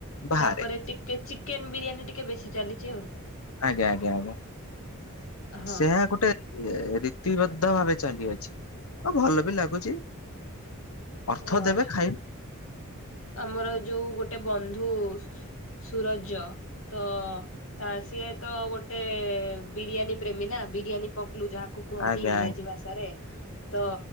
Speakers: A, on the left (about 80°); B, on the left (about 70°).
A: ବାହାରେ
B: ତାପରେ ଟିକେ ଚିକେନ ବିରିୟାନୀ ଟିକେ ବେଶୀ ଚାଲିଛି ଆଉ।
A: ଆଜ୍ଞା ଆଜ୍ଞା ଆଜ୍ଞା
B: ହଁ
A: ସେ ଗୋଟେ ରୀତିିବଦ୍ଧ ଭାବେ ଚାଲିଅଛି ଆଉ ଭଲ ବି ଲାଗୁଛି। ଅର୍ଥ
B: ହଁ
A: ଦେବେ ଖାଇବେ।
B: ଆମର ଯୋଉ ଗୋଟେ ବନ୍ଧୁ ସୁରଜ ତ ତ ସିଏ ତ ଗୋଟେ ବିରିୟାନୀ ପ୍ରେମୀ ନା ବିରିୟାନୀ ପଗଲୁ ଯାହା କୁ କୁହନ୍ତି
A: ଆଜ୍ଞା
B: ଇଂରାଜୀ ଭାଷାରେ ତ